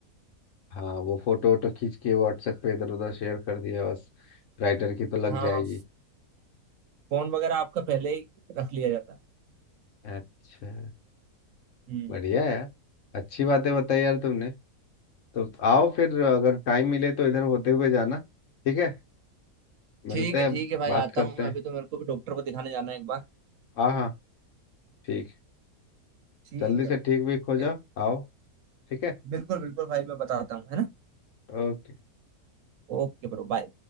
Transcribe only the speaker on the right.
हाँ
फोन वगैरह आपका पहले ही रख लिया जाता है
हम्म
ठीक है
ठीक है भाई
आता
हूँ मैं
अभी तो मेरे को भी डॉक्टर को दिखाने जाना है एक बार
ठीक
है
भाई
बिल-
बिल्कुल बिल्कुल भाई मैं बताता हूँ है ना
Okay bro bye